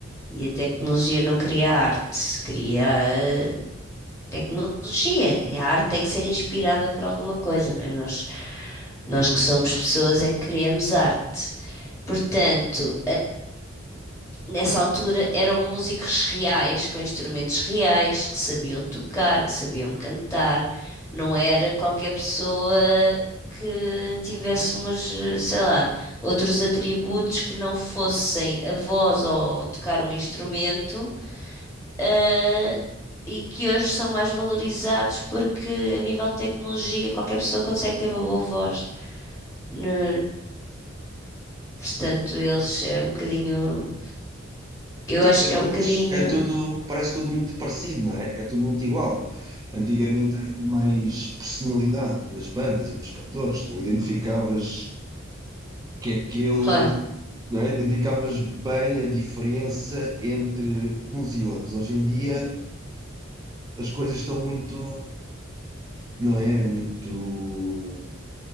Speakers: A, on the left (about 15°); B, on the right (about 20°).
A: e a tecnologia não cria arte, cria eh, tecnologia. E a arte tem que ser inspirada por alguma coisa, não é? Nós, nós que somos pessoas é que criamos arte. Portanto, Nessa altura eram músicos reais, com instrumentos reais, que sabiam tocar, que sabiam cantar. Não era qualquer pessoa que tivesse umas, eh, sei lá, outros atributos que não fossem a voz ou tocar um instrumento, eh, e que hoje são mais valorizados porque a nível de tecnologia qualquer pessoa consegue ter uma boa voz. né? Portanto, eles é um bocadinho, eu
B: Sim,
A: acho
B: até
A: que
B: porque
A: é um bocadinho,
B: hoje é tudo, parece tudo muito parecido, não é? É tudo muito igual. Antigamente havia mais personalidade nas bandas e nos cantores, tu identificavas que aquele
A: claro.
B: não é? Identificavas bem a diferença entre uns e outros. Hoje em dia as coisas estão muito, não é? Muito,